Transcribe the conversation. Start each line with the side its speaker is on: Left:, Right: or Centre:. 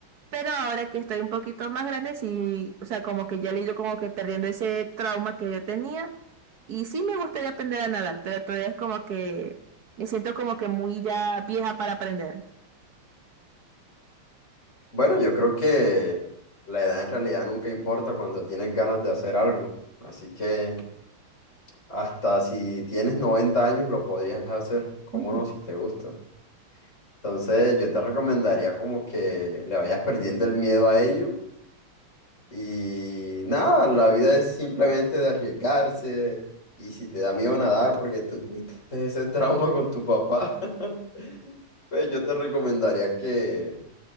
Right: Pero ahora que estoy un poquito más grande, sí, o sea, como que ya le he ido como que perdiendo ese trauma que yo tenía. Y sí me gustaría aprender a nadar, pero todavía es como que me siento como que muy ya vieja para aprender.
Left: Bueno, yo creo que la edad en realidad nunca importa cuando tienes ganas de hacer algo. Así que hasta si tienes 90 años lo podrías hacer, cómo
Right: <laughs>
Left: no, si te gusta. Entonces yo te recomendaría como que le vayas perdiendo el miedo a ello. Y nada, la vida es simplemente de arriesgarse. Y si te da miedo nadar porque tú tuviste ese trauma con tu papá, <laughs> pues yo te recomendaría que